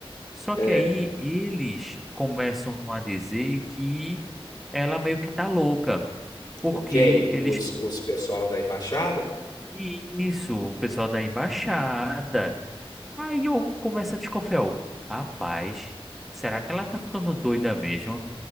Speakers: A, in the centre; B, on the left (about 45°).
A: Só
B: É,
A: que aí eles começam a dizer que ela meio que tá louca, porque
B: o quem?
A: eles.
B: Os, os pessoal da embaixada?
A: Isso, o pessoal da embaixada. Aí eu começo a desconfiar. eu, Rapaz, será que ela tá ficando doida mesmo?